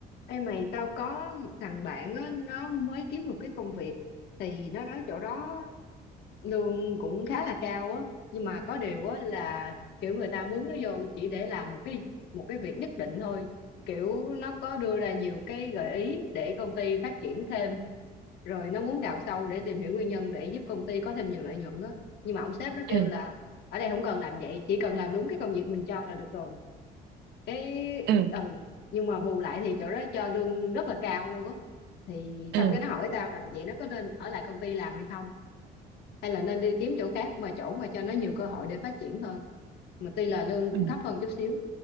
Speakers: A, on the left; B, on the right.
A: Ê mày, tao có một thằng bạn á, nó mới kiếm được cái công việc thì nó nói chỗ đó lương cũng khá là cao á nhưng mà có điều á là kiểu người ta mướn nó vô chỉ để làm một cái một cái việc nhất định thôi kiểu nó có đưa ra nhiều cái gợi ý để công ty phát triển thêm rồi nó muốn đào sâu để tìm hiểu nguyên nhân để giúp công ty có thêm nhiều lợi nhuận á nhưng mà ông sếp nó kêu
B: ừ
A: là ở đây không cần làm vậy chỉ cần làm đúng cái công việc mình cho là được rồi cái
B: ừ
A: ừ nhưng mà bù lại thì chỗ đó cho lương rất là cao luôn á thì
B: ừ
A: xong cái nó hỏi tao là vậy nó có nên ở lại công ty làm hay không hay là nên đi kiếm chỗ khác mà chỗ mà cho nó nhiều cơ hội để phát triển hơn mà tuy là lương
B: ừ
A: thấp hơn chút xíu